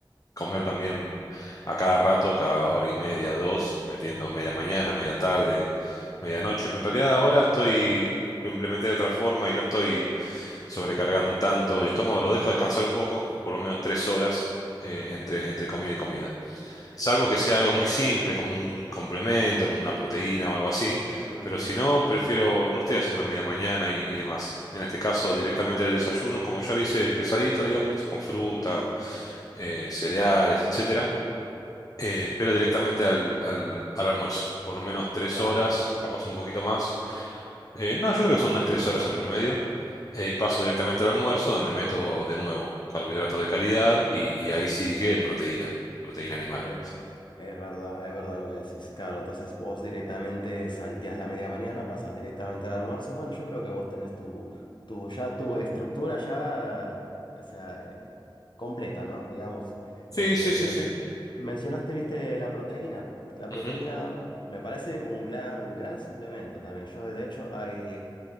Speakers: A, on the left (about 45°); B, on the left (about 65°).
A: Comer también a cada rato, cada hora y media, dos, metiendo media mañana, media tarde, medianoche. Pero en realidad ahora estoy, lo implementé de otra forma y no estoy sobrecargando tanto el estómago. Lo dejo descansar un poco, por lo menos tres horas, eh, entre, entre comida y comida. Salvo
B: Sí,
A: que sea
B: sí.
A: algo muy simple, como un complemento, como una proteína o algo así.
B: Ujú,
A: Pero si no, prefiero, no estoy haciendo media mañana y, y demás. En este caso,
B: Sí,
A: directamente el desayuno, como ya lo hice pesadito, digamos, con fruta,
B: mm.
A: eh, cereales, etcétera. eh, espero directamente al, al, al almuerzo. Por lo menos tres
B: claro.
A: horas, capaz un poquito más. Eh, no, yo creo que son unas tres horas en promedio. eh, y paso directamente al almuerzo, donde meto de nuevo carbohidratos de calidad y, y ahí sí que proteína, proteína animal.
B: Es, es verdad, es verdad lo que decís. Claro, entonces vos directamente salteás la media mañana, pasás directamente al almuerzo y bueno, yo creo que vos tenés tu, tu ya tu estructura ya, o sea, eh, completa, ¿no? Digamos.
A: Sí,
B: Este,
A: sí, sí,
B: pero
A: sí.
B: sí- mencionaste, viste, la proteína. La proteína
A: Ujú.
B: me parece un gran, un gran suplemento también. Yo, de hecho, hay...